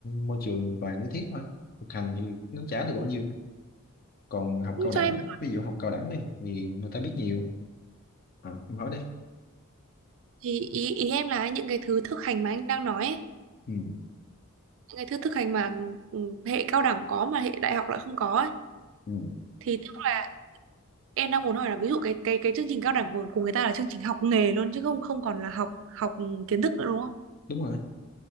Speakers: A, on the left; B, on the right.
A: môi trường toàn lý thuyết thôi thực hành thì nó chả được bao nhiêu còn học
B: Ừ,
A: cao đẳng
B: cho em
A: ví dụ học cao đẳng này thì người ta biết nhiều à, em hỏi đi
B: thì ý ý em là những cái thứ thực hành mà anh đang nói ấy,
A: ừ,
B: những cái thứ thực hành mà ừ, hệ cao đẳng có mà hệ đại học lại không có ấy,
A: ừ,
B: thì tức là em đang muốn hỏi là ví dụ cái cái cái chương trình cao đẳng của, của người ta là chương trình học nghề luôn chứ không không còn là học học kiến thức nữa đúng không?
A: đúng rồi